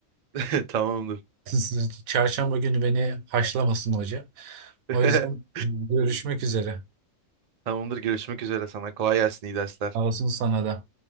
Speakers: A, on the right (about 65°); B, on the right (about 90°).
A: <laughs> Tamamdır.
B: <laughs> Çarşamba günü beni haşlamasın hoca.
A: <laughs>
B: O yüzden e, görüşmek üzere.
A: Tamamdır. Görüşmek üzere sana. Kolay gelsin. iyi dersler.
B: Sağ olsun sana da.